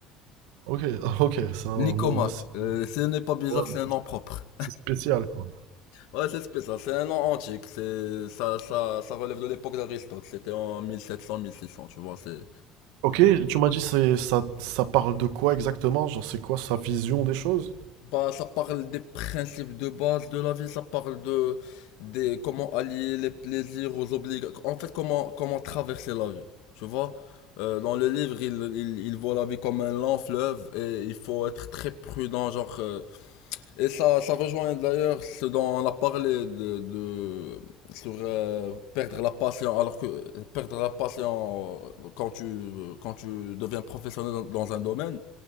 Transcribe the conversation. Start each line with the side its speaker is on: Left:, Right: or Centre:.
Right: OK, <laughs> OK, c'est un
Left: Nicomac,
Right: nom assez
Left: euh, ce n'est pas bizarre,
Right: ouais,
Left: c'est un
Right: c'est
Left: nom propre.
Right: c'est spécial, quoi.
Left: Ouais, c'est spécial, c'est un nom antique, c'est, ça, ça, ça relève de l'époque d'Aristote, c'était en 1700-1600, tu vois, c'est,
Right: OK, tu m'as dit c'est ça ça parle de quoi exactement? Genre c'est quoi sa vision des choses?
Left: Bah, ça parle des principes de base de la vie, ça parle de des comment allier les plaisirs aux obligations. En fait, comment comment traverser la vie. Tu vois, Euh, dans le livre, il, il il voit la vie comme un lent fleuve et il faut être très prudent, genre. euh, Et ça ça rejoint d'ailleurs ce dont on a parlé de de sur euh, perdre la patience, alors que perdre la patience euh, quand tu quand tu deviens professionnel dans dans un domaine,